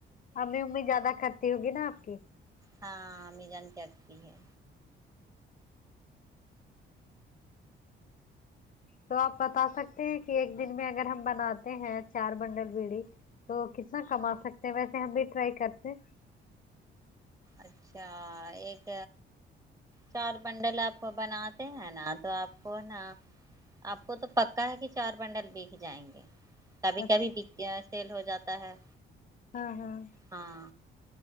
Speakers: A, on the left; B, on the right.
A: امی امی زیادہ کرتی ہوگی نا آپ کی
B: ہاں امی جان کرتی ہے
A: تو آپ بتا سکتے ہیں کہ ایک دن میں اگر ہم بناتے ہیں چار بنڈل بیڑی تو کتنا کما سکتے ہیں ویسے ہم بھی ٹرائی کرتے ہیں
B: اچھا ایک چار بنڈل آپ کو بناتے ہیں نا تو آپ کو نا آپ کو تو پکا ہے کی چار پنڈل بیک جائیں گے کبھی
A: اچھا
B: کبھی بیک گیا سیل ہو جاتا ہے
A: ہاں ہاں
B: ہاں